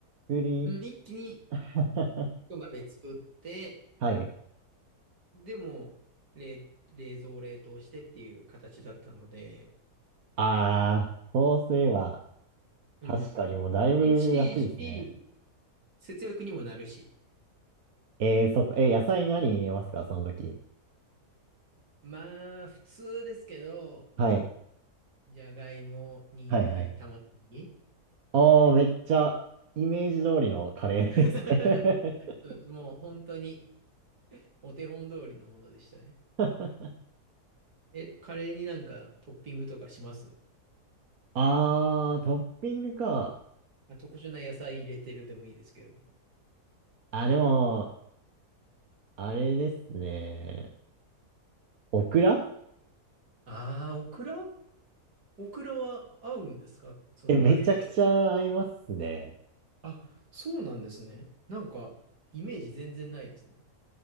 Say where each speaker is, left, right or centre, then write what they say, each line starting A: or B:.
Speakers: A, on the right (about 65°); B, on the right (about 85°).
A: 作り。
B: うん、一気に
A: <laughs>
B: 一鍋作って、
A: はい。
B: でも、冷、冷蔵冷凍してっていう形だったので、
A: あー、そうすれば、
B: うん、
A: 確かにもうだいぶ楽ですね。
B: 美味しいし、節約にもなるし。
A: えー、そっか、えー野菜何入れますかその時。
B: まあ、普通ですけど、
A: はい。
B: じゃがいも、人参、
A: はいはい。
B: 玉ねぎ。
A: おー、めっちゃ、イメージ通りのカレーです
B: <laughs>
A: ね
B: そうもう本当にお手本通りのものでしたね。
A: <laughs>
B: え、カレーになんかトッピングとかします
A: あー、トッピングか。
B: あ特殊な野菜入れてるでもいいですけど。
A: あ、でも、あれですね。オクラ
B: ああ、オクラオクラは合うんですかそのカレーと。
A: え、めちゃくちゃ合いますね。
B: あ、そうなんですね。なんか、イメージ全然ないですね。